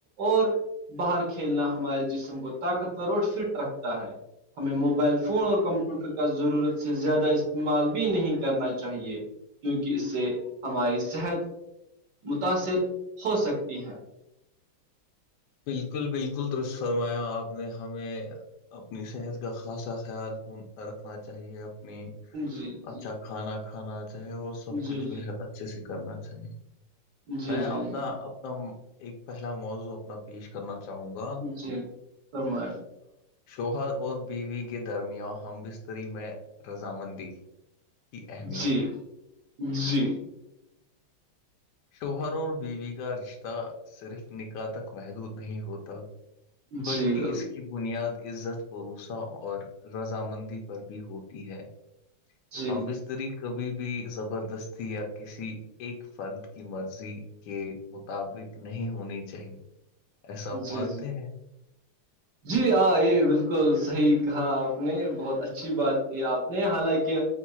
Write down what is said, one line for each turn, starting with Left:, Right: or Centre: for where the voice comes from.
Right: اور باہر کھیلنا ہمارے جسم کو طاقتور اور فٹ رکھتا ہے ہمیں موبائل فون اور کمپیوٹر کا ضرورت سے زیادہ استعمال بھی نہیں کرنا چاہیے کیونکہ اس سے ہماری صحت متاثر ہو سکتی ہے
Left: بالکل بالکل درش فرمایا آپ نے ہمیں اپنی صحت کا خاصا خیال رکھنا چاہیے آپ
Right: جی
Left: اچھا
Right: جی
Left: کھانا کھانا چاہے وہ سب
Right: جی جی
Left: کچھ بھی ہے اچھے سے کرنا چاہیے
Right: جی
Left: میں
Right: جی
Left: اپنا
Right: جی
Left: اپنا ایک پہلا موضوع پیش کرنا چاہوں گا
Right: جی فرمایا
Left: شوہر اور بیوی کے درمیان ہم بستری میں رضامندی کی اہمیت
Right: جی جی
Left: شوہر اور بیوی کا رشتہ صرف نکاح تک محدود نہیں ہوتا بلکہ
Right: جی بالکل
Left: اس کی کی بنیاد عزت بھروسا اور رضامندی پر بھی ہوتی ہے
Right: جی
Left: ہم بستری کبھی بھی زبردستی یا کسی ایک فرد کی مرضی کے مطابق نہیں ہونی چاہیے ایسا آپ
Right: جی
Left: مانتے
Right: جی
Left: ہیں
Right: جی آ یہ بالکل صحیح کہا آپ نے بہت اچھی بات کہ آپ نے حالانکہ